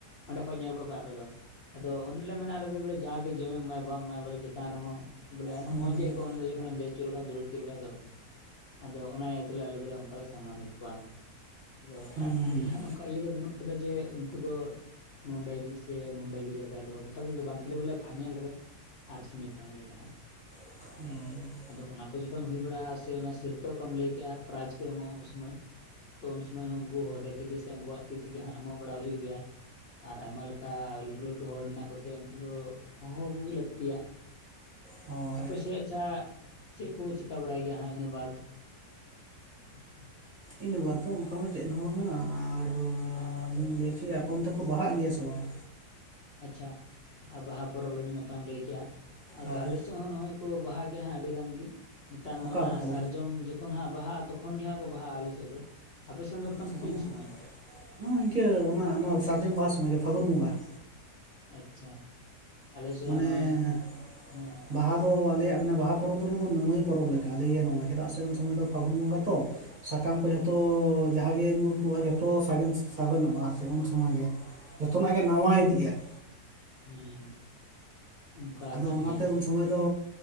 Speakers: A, on the left; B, on the right.
A: ᱚᱸᱰᱮ ᱠᱷᱚᱡ ᱧᱮᱞ ᱠᱚᱯᱮ ᱟᱯᱮ ᱫᱚ ᱾ ᱟᱫᱚ ᱚᱱᱦᱤᱞᱚᱜ ᱢᱮᱱᱟ ᱟᱞᱮ ᱫᱚ ᱵᱚᱞᱮ ᱡᱟᱜᱮ ᱡᱚᱢᱮᱢ ᱮᱢᱟᱭ ᱵᱟᱢ ᱮᱢᱟᱭᱟ ᱵᱚᱞᱮ ᱪᱮᱛᱟᱱ ᱨᱮᱦᱚᱸ ᱵᱚᱞᱮ ᱮᱱᱦᱚᱜ
B: ᱦᱩᱸ
A: ᱢᱚᱡᱽ ᱜᱮ ᱟᱹᱭᱠᱟᱹᱭ-ᱟ ᱾ ᱩᱱᱤ ᱫᱟ ᱡᱚᱠᱷᱚᱱᱮᱢ ᱫᱮᱡ ᱚᱪᱚ ᱞᱮᱠᱷᱟᱡ ᱫᱩᱲᱩᱵ ᱚᱪᱚ ᱞᱮᱠᱷᱟᱡ ᱫᱚ ᱾ ᱟᱫᱚ ᱚᱱᱟ ᱤᱭᱟᱹ ᱛᱮᱞᱮ ᱟᱞᱮ ᱫᱚᱞᱮ ᱚᱱᱠᱟ ᱞᱮ ᱥᱚᱢᱢᱟᱱᱤᱛ ᱠᱚᱣᱟ ᱾ ᱟᱫᱚ
B: ᱦᱩᱸ
A: ᱟᱨᱠᱟᱡ ᱫᱚ ᱡᱟᱦᱟᱱ ᱚᱱᱠᱟ ᱤᱭᱟᱹ ᱫᱚ ᱵᱟᱹᱱᱩᱜ ᱠᱟᱫᱟ ᱡᱮ, ᱩᱱᱠᱩ ᱫᱚ ᱱᱚᱰᱮ ᱜᱮ ᱥᱮ ᱱᱚᱰᱮ ᱜᱮ ᱡᱟᱭᱜᱟ ᱫᱚ ᱜᱚᱴᱟ ᱫᱤᱱ ᱫᱚ ᱵᱟᱝ ᱠᱷᱟᱹᱞᱤ ᱵᱚᱞᱮ ᱯᱷᱟᱭᱱᱮᱞ ᱨᱮ ᱟᱨ ᱥᱮᱢᱤ ᱯᱷᱟᱭᱱᱮᱞ ᱨᱮ ᱦᱟᱸᱜ ᱾
B: ᱚᱸ ᱾
A: ᱟᱫᱚ ᱚᱱᱟ ᱠᱚ ᱡᱚᱠᱷᱚᱱ ᱦᱩᱭ ᱵᱟᱲᱟᱜᱼᱟ ᱥᱮ ᱚᱱᱟ ᱥᱤᱨᱯᱟᱹ ᱠᱚᱢ ᱞᱟᱹᱭ ᱠᱮᱜᱼᱟ ᱯᱨᱟᱭᱤᱡ ᱠᱚ ᱮᱢᱚᱜ-ᱚᱜ ᱥᱚᱢᱚᱭ, ᱛᱚ ᱩᱱ ᱥᱚᱢᱚᱭ ᱦᱚᱸ ᱩᱱᱠᱩ ᱦᱚᱛᱮᱜ ᱛᱮᱜᱮ ᱥᱮ ᱩᱱᱠᱩᱣᱟᱜ ᱛᱤ ᱛᱮᱜᱮ ᱦᱟᱸᱜ ᱮᱢᱚᱜ ᱵᱟᱲᱟ ᱦᱩᱭᱩᱜ ᱜᱮᱭᱟ ᱾ ᱟᱨ ᱟᱭᱢᱟ ᱞᱮᱠᱟ ᱞᱟᱹᱴᱩ ᱞᱟᱹᱴᱩ ᱦᱚᱲ ᱢᱮᱱᱟᱜ ᱠᱚᱛᱮ ᱩᱱᱠᱩ ᱫᱚ ᱦᱚᱦᱚ <unintelligible> ᱜᱮ ᱞᱟᱹᱠᱛᱤᱭᱟ ᱾
B: ᱦᱳᱭ
A: ᱟᱯᱮ ᱥᱮᱫ ᱟᱪᱪᱷᱟ, ᱪᱮᱫ ᱠᱚ ᱠᱚ ᱪᱤᱠᱟ ᱵᱟᱲᱟᱭ ᱜᱮᱭᱟ ᱦᱟᱸᱜ ᱤᱱᱟᱹ ᱵᱟᱫᱽ? <inaudible>
B: ᱤᱱᱟᱹ ᱵᱟᱫᱽ ᱫᱚ ᱚᱱᱠᱟ ᱢᱟ ᱪᱮᱫ ᱦᱚᱸ ᱵᱟᱝ-ᱟ ᱾ ᱟᱨ ᱞᱤᱧ ᱞᱟᱹᱭ ᱦᱚᱪᱚᱭᱮᱫ-ᱟ ᱟᱯᱮ ᱚᱱᱛᱮ ᱠᱚ ᱵᱟᱦᱟᱜ ᱜᱮᱭᱟ ᱥᱮ ᱵᱟᱝ-ᱟ?
A: ᱟᱪᱪᱷᱟ ᱟᱨ ᱵᱟᱦᱟ ᱯᱚᱨᱚᱵᱽ ᱟᱹᱰᱤ ᱱᱟᱯᱟᱭᱮᱢ ᱞᱟᱹᱭᱠᱮᱜᱼᱟ ᱾ ᱟᱫᱚ
B: ᱦᱳᱭ
A: ᱟᱞᱮ ᱥᱮᱫ ᱦᱚᱸ ᱱᱚᱜᱚᱭ ᱠᱚ ᱵᱟᱦᱟᱜ ᱜᱮᱭᱟ ᱦᱟᱸᱜ ᱟᱹᱰᱤ ᱜᱟᱱ ᱜᱮ ᱾ ᱱᱮᱛᱟᱨ ᱢᱟ
B: ᱚᱠᱟ
A: ᱚᱱᱟ
B: ᱚᱠᱛᱚ
A: ᱥᱟᱨᱡᱚᱢ ᱡᱚ ᱠᱷᱚᱱ ᱦᱟᱸᱜ ᱵᱟᱦᱟᱜᱼᱟ ᱛᱚᱠᱷᱚᱱ ᱜᱮ ᱦᱟᱸᱜ ᱠᱚ ᱵᱟᱦᱟᱜᱼᱟ ᱟᱞᱮ ᱥᱮᱫ ᱫᱚ ᱾ ᱟᱯᱮ ᱥᱮᱱ ᱫᱚ
B: ᱟᱪᱪᱷᱟ
A: <unintelligible>
B: ᱠᱟᱱᱟ
A: ᱛᱤᱱ ᱥᱩᱢᱚᱭ?
B: ᱦᱚᱸ ᱤᱱᱠᱟᱹ ᱚᱱᱟ ᱥᱟᱨᱡᱚᱢ ᱵᱟᱦᱟ ᱥᱚᱢᱚᱭ ᱜᱮ ᱯᱷᱟᱹᱜᱩᱱ ᱵᱚᱸᱜᱟ ᱾
A: ᱟᱪᱪᱷᱟ, ᱟᱞᱮ ᱥᱮᱫ
B: ᱢᱟᱱᱮ
A: ᱦᱚᱸ ᱱᱚᱜ-ᱚᱭ ᱦᱮᱸ ᱾
B: ᱵᱟᱦᱟ ᱫᱚ ᱟᱞᱮᱭᱟᱜ ᱢᱟᱱᱮ ᱵᱟᱦᱟ ᱯᱚᱨᱚᱵᱽ ᱫᱚ ᱚᱱᱟ ᱫᱚ ᱱᱟᱹᱢᱟᱹᱭ ᱯᱚᱨᱚᱵᱽ ᱞᱮᱠᱟ ᱞᱟᱹᱭ ᱜᱟᱱᱚᱜᱼᱟ, ᱪᱮᱫᱟᱜ ᱥᱮ ᱩᱱ ᱥᱚᱢᱚᱭ ᱫᱚ ᱯᱷᱟᱹᱜᱩᱱ ᱵᱚᱸᱜᱟ ᱛᱚ ᱾ ᱥᱟᱠᱟᱢ ᱠᱚ ᱡᱷᱚᱛᱚ ᱡᱟᱦᱟ ᱜᱮ ᱧᱩᱨ ᱠᱚᱜ-ᱟ ᱡᱷᱚᱛᱚ ᱥᱟᱜᱮᱱ ᱥᱟᱜᱮᱱ ᱚᱜᱼᱟ ᱟᱨᱠᱤ ᱩᱱ ᱥᱚᱢᱚᱭ ᱜᱮ ᱾ ᱡᱷᱚᱛᱚᱱᱟᱜ ᱜᱮ ᱱᱟᱣᱟ ᱤᱫᱤᱜ-ᱟ ᱾
A: ᱦᱮᱸ, ᱚᱱᱠᱟ
B: ᱟᱫᱚ
A: ᱟᱠᱟᱱ
B: ᱚᱱᱟᱛᱮ
A: ᱜᱮᱭᱟ ᱾
B: ᱩᱱ ᱥᱚᱢᱚᱭ ᱫᱚ